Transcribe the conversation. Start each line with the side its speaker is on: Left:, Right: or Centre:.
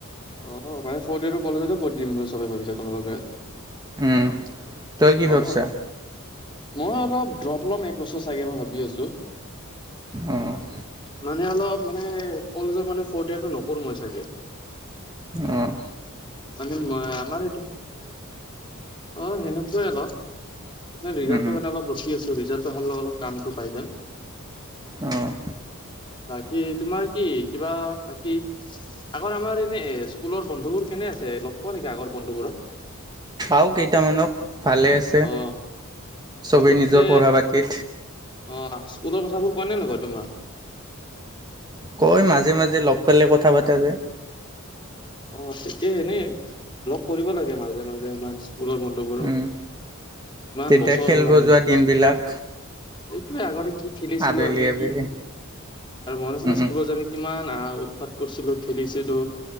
Left: অ', মানে ফ'ৰ্থ ইয়েৰটো কলেজতে কৰি দিম বুলি চবে ভাবিছা তোমালোকে?
Right: উম, তই কি
Left: অ
Right: ভাৱিছা?
Left: মই অলপ ড্ৰ'প ল'ম এক বছৰ চাগে। মই ভাবি আছো।
Right: অ'।
Left: মানে অলপ মানে, কলেজত মানে ফ'ৰ্থ ইয়েৰটো নকৰোঁ মই চাগে।
Right: অহ।
Left: মানে মই আমাৰ সেইটো। অ', সেনেকুৱাই হেল্ল', মই ৰিজাল্টো
Right: উম
Left: কাৰণে অলপ ৰখি আছোঁ। ৰিজাল্টো অহাৰ লগে লগে কামটো পাই যাম।
Right: অ',
Left: বাকী তোমাৰ কি, কিবা, বাকী আগৰ আমাৰ এনে স্কুলৰ বন্ধুবোৰ কেনে আছে? লগ পোৱা নেকি আগৰ বন্ধুবোৰক?
Right: পাওঁ কেইটামানক। ভালে আছে,
Left: অ
Right: চবেই
Left: বাকীতে
Right: নিজৰ পঢ়া-পাতিত।
Left: অ', স্কুলৰ কথাবোৰ কয় নে নকয় তোমাক?
Right: কয় মাজে মাজে, লগ পালে কথা পাতা যায়।
Left: অ', কে এনেই লগ কৰিব লাগে মাজে মাজে ইমানচ স্কুলৰ বন্ধুবোৰক।
Right: উম,
Left: ইমান
Right: তেতিয়া
Left: বছৰ
Right: খেলব
Left: হ'ল আমি
Right: যোৱা দিনবিলাক
Left: সেইটোৱে। আগতে কি খেলিছিলো
Right: আবেলি
Left: আমি,
Right: আবেলি
Left: কি আৰু মনত আছেনে
Right: উম,
Left: স্কুলত আমি কিমান উৎপাত কৰিছিলো, খেলিছিলো।